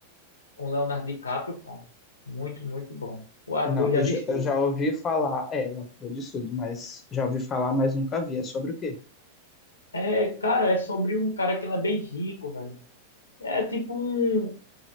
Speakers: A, on the left; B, on the left.
A: com Leonardo DiCaprio, cara. Muito, muito bom. O ator
B: Não,
A: já
B: eu
A: diz
B: já,
A: tudo.
B: eu já ouvi falar, é, o ator de tudo. mas já ouvi falar, mas nunca vi. É sobre o quê?
A: É, cara, é sobre um cara que ele é bem rico, velho. É tipo um,